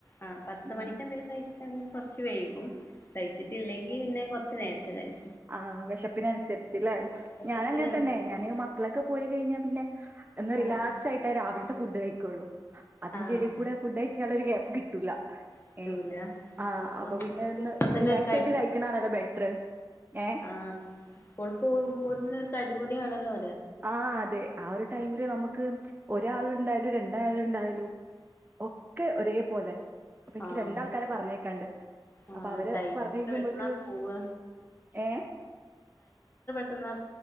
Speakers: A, on the left; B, on the right.
A: ആ പത്ത്
B: ഉം
A: മണിക്ക് എന്തേലും കയി എണീക്ക് കൊർച്ച് വൈകും. കഴിച്ചിട്ടില്ലെങ്കി പിന്നെ കൊ ച്ച് നേരത്തെ കഴിഞ്ഞു
B: ആ വിശപ്പിനന്സരിച്ച്ല്ലേ.
A: വെശപ്പിനനുസരിച്ച്
B: ഞാനങ്ങനെ തന്നെ ഞാന് മക്കളൊക്കെ പോയി കയിഞ്ഞാ പിന്നെ ഒന്ന്
A: ആഹ്
B: റിലാക്സ് ആയിട്ടാ രാവിലത്തെ ഫുഡ് കഴി ക്കൊള്ളൂ അതിന്റെടെകൂടെ
A: ആഹ്
B: ഫുഡ് കഴി ക്കാല്ലൊരു ഗ്യാപ്പ് കിട്ടൂല്ല
A: പറ്റൂല
B: ഏ ആ അപ്പൊ
A: സ്കൂൾക്ക്
B: പിന്നെ ഒന്ന്
A: പോകുമ്പോ തന്നെ
B: റിലാക്സ്
A: ഒരു
B: ആയിട്ട് കഴിക്ക്ണാണല്ലേ ബെറ്റർ ഏഹ്
A: ആ സ്കൂൾക്ക് പോകുമ്പോത്തിന് ഒരു തടി ടിയാണല്ലോ
B: ആ അതെ ആ ഒര് ടൈമില് നമക്ക് ഒരാൾണ്ടായാലും രണ്ട് ഴയായാലുണ്ടായാലും ഒക്കെ ഒരേ പോലെ അപ്പൊ എനിക്ക്
A: ആഹ്
B: രണ്ടാൾക്കാരെ പറഞ്ഞേക്കാണ്ട്
A: ആഹ്
B: അപ്പൊ അവര്
A: ടൈം
B: പറഞ്ഞേക്കുമ്പോക്ക്
A: എത്ര പെട്ടെന്നാ പോവ
B: ഏ
A: ന്നാ